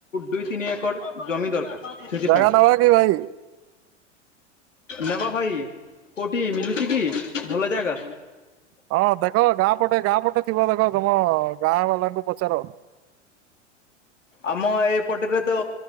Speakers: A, on the left; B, on the right.
A: ଦୁଇ ତିନି ଏକର ଜମି ଦରକାର ସେଥିପାଇଁ
B: ଜାଗା ନବା କି ଭାଇ
A: ନବା ଭାଇ କଉଠି ମିଲୁଛି କି ଭଲ ଯାଗା?
B: ହଁ ଦେଖ ଗାଁ ପଟେ ଗାଁ ପଟେ ଥିବ ଦେଖ ତମ ଗାଁ ବାଲାଙ୍କୁ ପଚାର?
A: ଆମ ଏପଟେରେ ତ